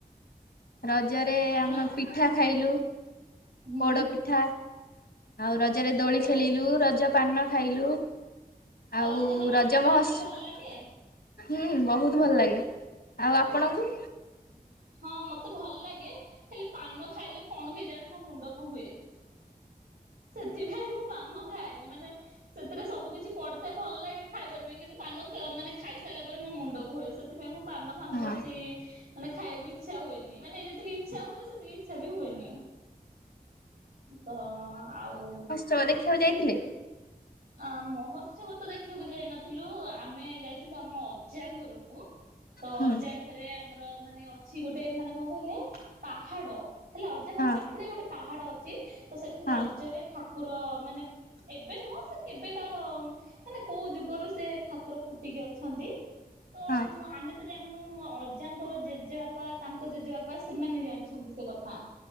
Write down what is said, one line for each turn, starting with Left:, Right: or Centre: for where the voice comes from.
Left: ରଜରେ
Right: ଆପଣ
Left: ଆମେ ପିଠା ଖାଇଲୁ
Right: ହୁଁ ହୁଁ
Left: ପୋଡ଼ପିଠା। ଆଉ ରଜରେ ଦୋଳି ଖେଳିଲୁ ରଜ ପାନ ଖାଇଲୁ। ଆଉ
Right: ରଜପାନ
Left: ରଜ
Right: ଆପଣଙ୍କୁ
Left: ମହୋତ୍ସ
Right: କେମିତି ଭଲ ଲାଗେ?
Left: ହୁଁ ବୋହୁତ ଭଲ ଲାଗେ ଆଉ ଆପଣଙ୍କୁ?
Right: ହଁ ମତେ ଭଲ ଲାଗେ ହେଲେ ପାନ ଖାଇଲେ କଣ କେଜାଣି ମୋ ମୁଣ୍ଡ କଣ ହୁଏ। ସେଥିପାଇଁ ମୁଁ ପାନ ଖାଏନି ମାନେ ସେଥିରେ ସବୁ କିିଛି ପଡ଼ିଥାଏ ଭଲ ଲାଗେ ଖାଇବା ପାଇଁ କିନ୍ତୁ ପାନ ସ ମାନେ ଖାଇସାରିଲା ପରେ ମୋ ମୁଣ୍ଡ କ ହୁଏ ସେ ଥିପାଇଁ ମୁଁ ପାନ ଫାନ
Left: ହଁ
Right: ବେଶୀ ମାନେ ଖାଇବାକୁ ଇଚ୍ଛା ହୁଏନି ମାନେ ଯେତିକି ଇଚ୍ଛା ହୁଏ ସେତିକି ଇଚ୍ଛା ବି ହୁଏନି। ତ ଆଉ
Left: ଚ <unintelligible> ଦେଖିବାକୁ ଯାଇଥିଲେ?
Right: ଆ ମହୋତ୍ସବ ତ ଦେଖିବାକୁ ଯାଇନଥିଲୁ ଆମେ ଯାଇଥିଲୁ ଆମ ଅଜା ଘରକୁ। ତ
Left: ହୁଁ
Right: ଅଜା ଘରେ ଆମର ମାନେ ଅଛି ଗୋଟେ ମାନେ କଣ କହିଲେ ପାହାଡ଼। ହେଲା ଅଜା ଘର
Left: ହଁ
Right: ପାଖରେ ଗୋଟେ ପାହାଡ଼ ଅଛି ତ ସେଠି
Left: ହଁ
Right: ରଜରେ ଠା କୁର ମାନେ ଏବେ ନୁହଁ ସେ କେବେକାର ମାନେ କୋଉ ଯୁଗରୁ ସେ ଠାକୁର ଫୁଟିକି ଅଛନ୍ତି। ତ
Left: ହଁ
Right: ମୁଁଆମେ ତ ଜାଣିନୁ ମୋ ଅଜାଙ୍କର ଜେଜେବାପା ତାଙ୍କ ଜେଜେବାପା ସେମାନେ ଜାଣିଛନ୍ତି ସେ କ ହଁ